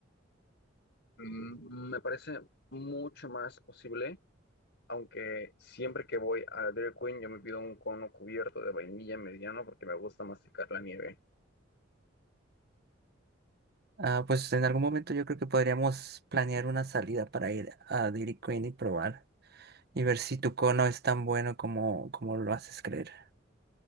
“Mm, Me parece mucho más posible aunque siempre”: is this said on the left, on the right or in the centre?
Left